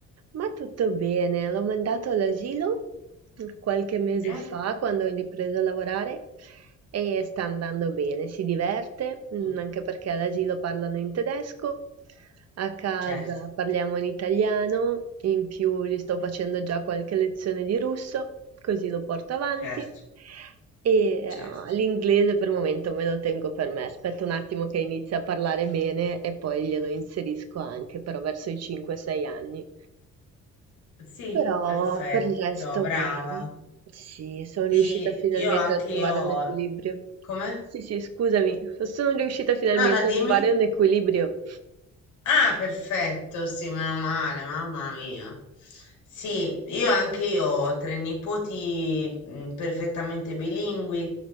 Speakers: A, on the right; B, on the left.
A: Ma tutto bene, l'ho mandato all'asilo qualche mese
B: Eh?
A: fa quando ho ripreso a lavorare e sta andando bene, si diverte, mm,
B: Mm,
A: anche perché all'asilo parlano in tedesco, a casa
B: certo,
A: parliamo in italiano, in più gli sto facendo già qualche lezione di russo, così lo porto avanti.
B: certo,
A: E eh,
B: certo.
A: l'inglese per il momento me lo tengo per me, aspetto un attimo che inizi a parlare bene e poi glielo inserisco anche, però verso i 5-6 anni.
B: Sì,
A: Però
B: perfetto,
A: per il resto
B: brava.
A: bene. Sì, sono riuscita
B: Sì,
A: finalmente
B: io anche
A: a trovare
B: io.
A: un equilibrio.
B: Come?
A: Sì, sì, scusami, sono riuscita finalmente
B: No, no, dimmi.
A: a trovare un equilibrio.
B: Ah, perfetto, sì, meno male, mamma mia. Sì, io anche io ho tre nipoti mm, perfettamente bilingui,